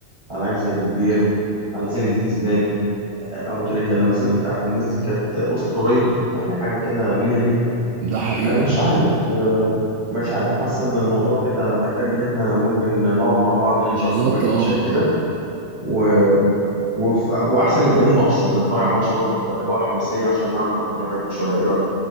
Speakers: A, on the right; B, on the right.
A: على لعيب زي ديل بيرو على زين الدين زيدان آه ابو تريكة اللمسات بتاعت الناس دي كانت اسطوريه يعني حاجه كده مية مية
B: ده حقيقي
A: آه مش
B: والله
A: عارف آه مش عارف حاسس ان الموضوع كده محتاج ان احنا ممكن نقعد مع بعض نشرب
B: بالظبط
A: كوبايتين
B: اه
A: شاي كده
B: اه
A: و... وف... واحسن يبقى يوم ماتش يبقى نتفرج على ماتش برضه تبقى الاجواء حماسيه عشان نعرف ناخد راحتنا شويه ايه رايك